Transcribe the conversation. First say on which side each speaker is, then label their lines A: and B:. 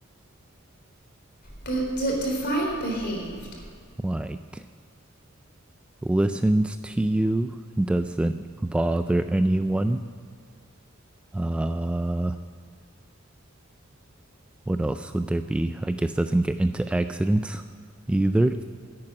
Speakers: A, on the left; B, in the centre.
A: But d- define behaved.
B: Like listens to you, doesn't bother anyone Uh, what else would there be? I guess doesn't get into accidents either.